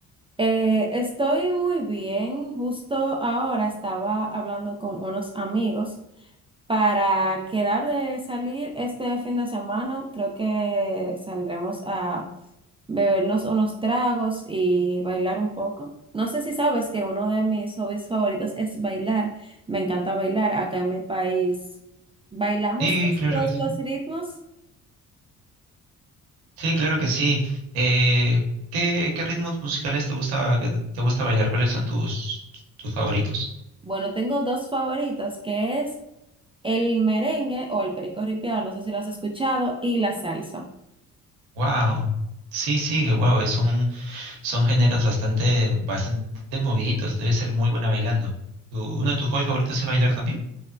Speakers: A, on the right; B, on the right.
A: Eh, estoy muy bien. Justo ahora estaba hablando con unos amigos para quedar de salir este fin de semana. Creo que saldremos a bebernos unos tragos y bailar un poco. No sé si sabes que uno de mis hobbies favoritos es bailar. Me encanta bailar. Acá en mi país bailamos
B: Sí, claro
A: todos
B: que sí.
A: los ritmos.
B: Sí, claro que sí. Eh, ¿qué, qué ritmos musicales te gusta que te gusta bailar? ¿Cuáles son tus tus favoritos?
A: Bueno, tengo dos favoritos, que es el merengue o el perico ripiado, no sé si lo has escuchado, y la salsa.
B: Wow. Sí, sí, wow, es un- son géneros bastante bastante moviditos, debe ser muy buena bailando. ¿Tu- uno de tus hobbies favoritos es bailar también?